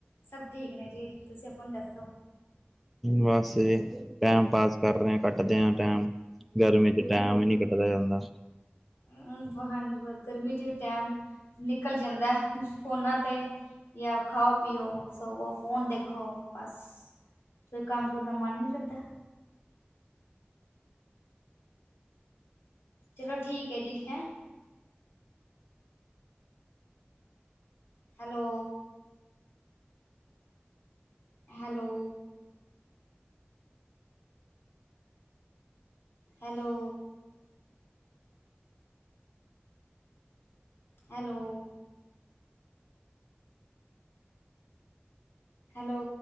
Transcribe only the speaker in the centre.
ਬਸ ਜੀ ਟੈਮ ਪਾਸ ਕਰ ਰਹੇ ਆ ਕੱਟਦੇ ਆ ਟਾਈਮ। ਗਰਮੀ ਚ ਟੈਮ ਈ ਨੀ ਕੱਟਦਾ ਜਾਂਦਾ